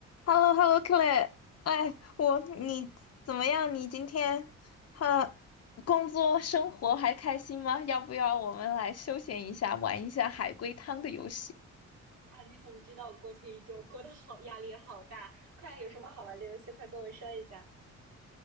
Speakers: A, on the left; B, on the right.
A: h e l l o h e l l o c l a 哎，我你怎么样？你今天哈工作生活还开心吗？要不要我们来休闲一下，玩一下海龟汤的游戏？
B: 啊，你怎么知道我过去一周过得好，压力好大？快，有什么好玩的游戏，快跟我说一下。